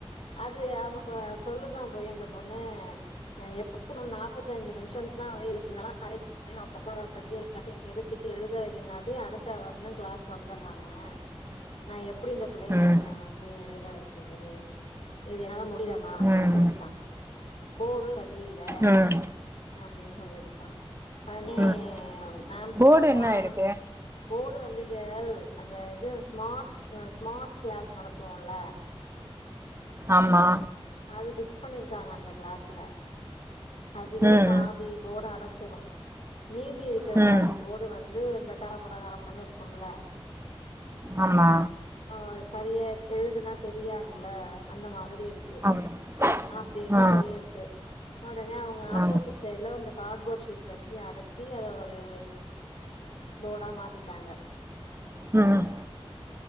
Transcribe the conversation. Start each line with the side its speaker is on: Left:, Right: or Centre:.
Left: அது அவங்க சொ சொல்லுதா போய் அந்த பொண்ணு அ எப்டி மேம் நாப்பத்தஅஞ்சு நிமிஷம்தா <unintelligible> சரின்னு உக்கார வச்சு எல்லாத்தையு எடுத்து எழுத வைக்கங்காட்டி அடுத்த அவர்ன்னு கிளாஸ் வந்துட்றாங்க
Right: <inaudible>
Left: நா எப்டி இந்த பிள்ளைங்களுக்கு
Right: ம்
Left: நா வந்து எழுத வெக்கிறது இது என்னால முடில மேம் அப்டின்னு
Right: ம்
Left: சொல்லிடுச்சா போர்டு சரியில்ல
Right: ம்
Left: அப்டின்னு சொல்லிடுச்சா உடனே
Right: ம்
Left: மேம் சொன்னாங்களா
Right: போர்டு என்ன இருக்கு
Left: போர்டு வந்து கேள் அந்த இது ஸ்மார்ட் அ ஸ்மார்ட் கிளாஸ் நடத்துவோல்ல!
Right: ஆமா!
Left: அது ஃபிக்ஸ் பண்ணிருக்காங்க அந்த கிளாஸ்ல அதுவே
Right: ம்
Left: பாதி போட அடச்சிரு மீதி இருக்கற
Right: ம் ம்
Left: பாதி போர்டு வந்து இந்த கரபுற கரபுறன்னு இருக்கும்ல!
Right: ஆமா!
Left: ஆ சரியா எழுதுனா தெரியாதுல்ல அந்த மாதிரி இருக்கு!
Right: அவ்வளோதான்
Left: அப்டீன்னு
Right: ஆ
Left: சொல்லீருக்கு! ஒடனே அவுங்க ஆப்போசிட்
Right: ஆமாம்
Left: சைட்ல இந்த கார்ட்போர்ட் ஷீட் வச்சி அடச்சி அத ஒரு போடா மாத்தீட்டாங்க!
Right: ம்..